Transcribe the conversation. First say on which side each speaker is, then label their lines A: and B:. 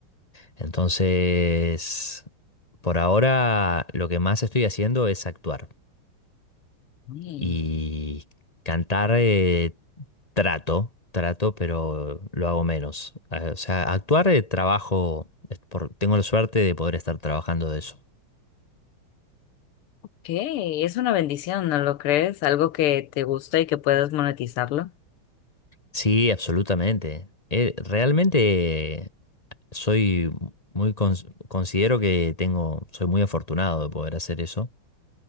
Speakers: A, on the left; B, on the left.
A: Entonces, por ahora lo que más estoy haciendo es actuar.
B: Mm,
A: Y cantar eh, trato, trato, pero lo hago menos. Eh, O sea, actuar eh, trabajo, es por- tengo la suerte de poder estar trabajando de eso.
B: ok, es una bendición, ¿no lo crees? Algo que te gusta y que puedes monetizarlo.
A: Sí, absolutamente. Eh, realmente soy muy cons- considero que tengo, soy muy afortunado de poder hacer eso.